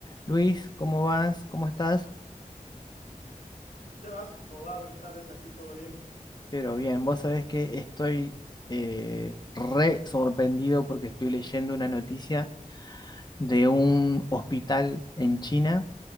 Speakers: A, on the left; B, on the left.
A: Luis, ¿cómo vas? ¿Cómo estás?
B: Sebas, ¿cómo va? Buenas tardes, aquí todo bien.
A: Pero bien, vos sabés que estoy eh, re sorprendido porque estoy leyendo una noticia de un hospital en China